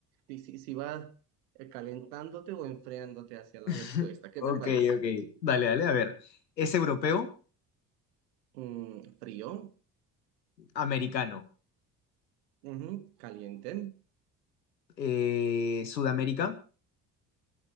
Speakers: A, on the right (about 65°); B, on the left (about 75°).
A: si, si, si vas eh, calentándote o enfriándote hacia la
B: <laughs>
A: respuesta. ¿Qué
B: ok,
A: te parece?
B: ok. Dale, dale, a ver. ¿Es europeo?
A: Mm, frío,
B: Americano.
A: ujú, caliente,
B: Eh, ¿Sudamérica?